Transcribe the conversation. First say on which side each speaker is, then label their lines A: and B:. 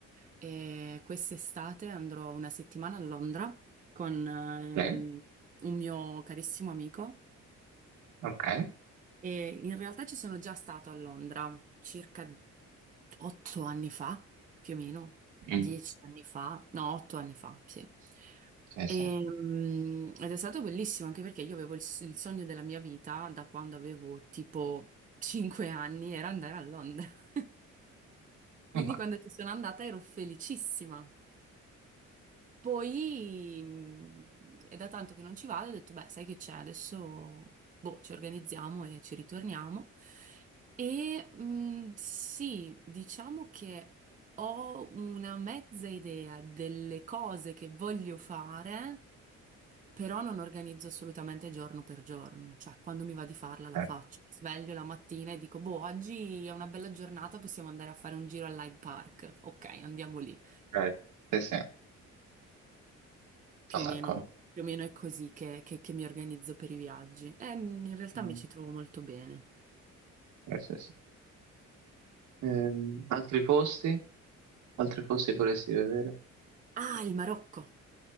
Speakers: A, on the right; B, on the right.
A: e quest'estate andrò una settimana a Londra con ehm,
B: Sì,
A: un mio carissimo amico
B: ok.
A: e in realtà ci sono già stato a Londra circa otto anni fa, più o meno,
B: Mm,
A: dieci anni fa, no, otto anni fa, sì.
B: Sì,
A: E,
B: sì.
A: mm, ed è stato bellissimo anche perché io avevo il, s- il sogno della mia vita da quando avevo tipo cinque anni, era andare a Londra. <laughs> Quindi
B: Vabbè,
A: quando ci sono andata ero felicissima. Poi mh, è da tanto che non ci vado, ho detto, beh, sai che c'è, adesso boh, ci organizziamo e ci ritorniamo. E mh, sì, diciamo che ho una mezza idea delle cose che voglio fare, però non organizzo assolutamente giorno per giorno, cioè quando mi va di farla la
B: ok,
A: faccio. Mi sveglio la mattina e dico, boh, oggi è una bella giornata, possiamo andare a fare un giro all'Hyde Park. Ok, andiamo lì.
B: ok. Sì, sì, sono
A: Più
B: d'accordo.
A: o meno, più o meno è così che, che- che mi organizzo per i viaggi. E in realtà
B: Mm,
A: mi ci trovo molto bene.
B: Sì, sì, sì. Ehm, altri posti? Altri posti vorresti vedere?
A: Ah, il Marocco!